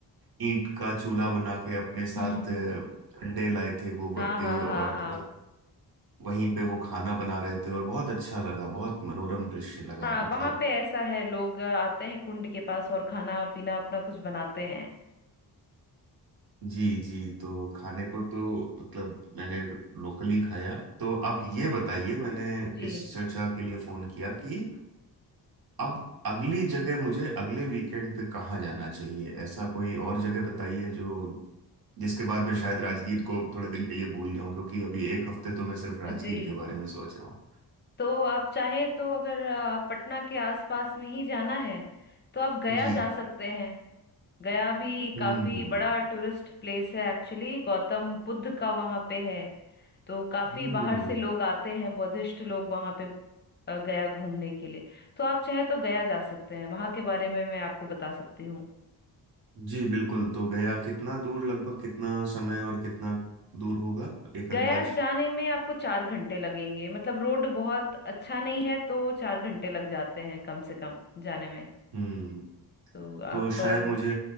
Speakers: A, on the right; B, on the left.
A: ईंट का चूल्हा बना के अपने साथ
B: हम्म
A: अ, कंडे लाए थे गोबर
B: हाँ
A: के
B: हाँ
A: और
B: हाँ हाँ
A: वह- वहीं पे वो खाना बना रहे थे और बहुत अच्छा लगा बहुत मनोरम दृश्य लगा
B: हाँ
A: मतलब
B: वहां पे ऐसा है लोग आते हैं कुंड के पास और खाना पीना अपना कुछ बनाते हैं
A: जी जी तो खाने को तो मतलब मैंने लोकली खाया तो अब
B: जी
A: ये बताइए मैंने
B: जी
A: इस चर्चा के लिए फोन किया कि अब अगली जगह मुझे अगले वीकेंड पे कहाँ जाना चाहिए ऐसा कोई और जगह बताइए जो जिसके बाद मैं शायद राजगीर को थोड़े दिन के लिए भूल जाऊं क्योंकि अभी एक हफ्ते तो मैं सिर्फ राजगीर
B: जी
A: के बारे में सोच रहा हूँ
B: तो आप चाहे तो अगर आ, पटना के आसपास में ही जाना है तो आप गया
A: जी
B: जा सकते हैं गया भी
A: हम्म
B: काफी बड़ा टूरिस्ट प्लेस है एक्चुअली गौतम बुद्ध का वहाँ पे है तो काफी
A: हम्म
B: बाहर से लोग आते हैं बुद्धिस्ट लोग वहाँ पे आ, गया घूमने के लिए तो आप चाहे तो गया जा सकते हैं वहाँ के बारे में मैं आपको बता सकती हूँ
A: जी बिल्कुल तो गया कितना दूर लगभग कितना समय और कितना दूर होगा एक
B: गया
A: अंदाज
B: जाने में आपको चार घंटे लगेंगे मतलब रोड बहुत अच्छा नहीं है तो चार घंटे लग जाते हैं कम से कम जाने में
A: हम्म
B: तो
A: तो
B: आप
A: शायद
B: अ,
A: मुझे